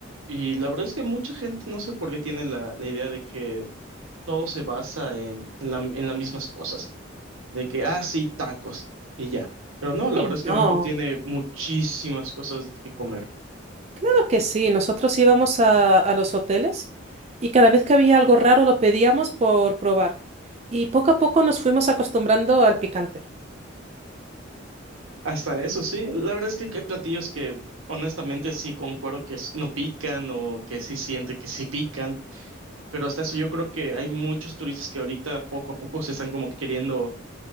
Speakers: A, on the right; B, on the right.
A: y la verdad es que mucha gente no sé por qué tiene la, la idea de que todo se basa en, en la- en las mismas cosas, de que, ah, sí, tacos y ya. Pero no, la
B: Sí.
A: verdad es que
B: No,
A: México tiene muchísimas cosas que comer.
B: claro que sí. Nosotros íbamos a, a los hoteles y cada vez que había algo raro lo pedíamos por probar. Y poco a poco nos fuimos acostumbrando al picante.
A: Hasta eso, sí. La verdad es que hay platillos que honestamente sí concuerdo que s- no pican o que sí siente que sí pican, pero hasta eso yo creo que hay muchos turistas que ahorita poco a poco se están como que queriendo